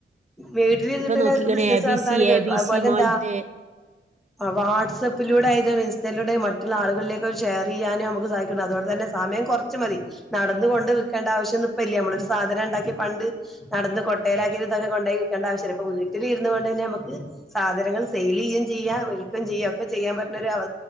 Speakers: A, in the centre; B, on the right.
A: വീട്ടിലിരുന്നിട്ടന്നെ
B: ഇപ്പൊ നോക്കിക്കണേ
A: അവർക്ക് ബിസിനസ്സ്
B: എ ബി
A: നടത്താനും
B: സി
A: കഴും
B: എ ബി
A: അതുപോലെ
B: സി മാൾട്ട്
A: എന്താ ആഹ് വാട്സപ്പിലൂടെ ആയത് ഇസ്റ്റയിലൂടെ മറ്റുള്ള ആളുകളിലേക്ക് ഷെയർ ചെയ്യാനോ നമുക്ക് സാ <unintelligible> അതുകൊണ്ട് തന്നെ സമയം കൊറച്ച് മതി നടന്ന് കൊണ്ട് വിൽക്കേണ്ട ആവശ്യം ഇപ്പ ഇല്ല നമ്മളൊ ഒരു സാധനം ഉണ്ടാക്കി പണ്ട് നടന്ന് കൊട്ടയിലാക്കി കൊണ്ട് കൊണ്ടയി വിക്കണ്ട ആവശ്യം ഇപ്പ വീട്ടിലിരുന്നു കൊണ്ട് തന്നെ ഞമ്മക്ക് സാധനങ്ങൾ സെയിൽ യ്യും ചെയ്യ ഒലിക്കു ചെയ്യ ഒക്കെ ചെയ്യാൻ പറ്റുന്ന ഒരു അവ